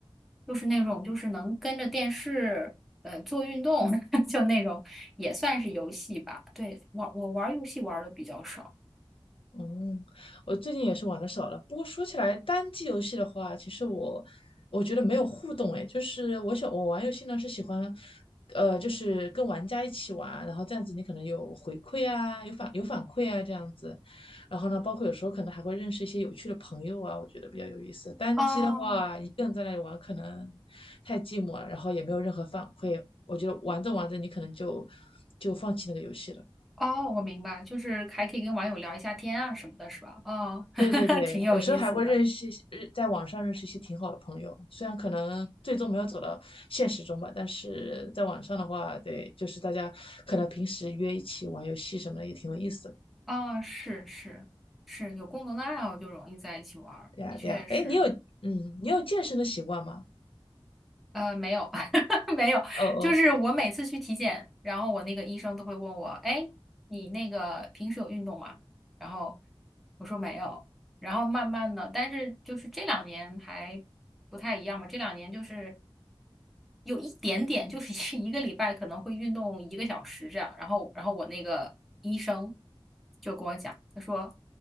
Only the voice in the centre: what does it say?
就是那种就是能跟着电视呃做运动，<laughs> 就那种也算是游戏吧。对，玩我玩儿游戏玩的比较少。
哦
哦，我明白，就是还可以跟网友聊一下天啊什么的，是吧？哦，<laughs>
挺有意思的。
哦，是是是，有共同的爱好就容易在一起玩儿，
的确是。
呃，没有 <laughs> 没有，
就是我每次去体检，然后我那个医生都会问我，哎，你那个平时有运动吗？然后我说没有，然后慢慢的，但是就是这两年还不太一样嘛，这两年就是。有一点点，就是一一个礼拜可能会运动一个小时这样。然后，然后我那个医生就跟我讲，他说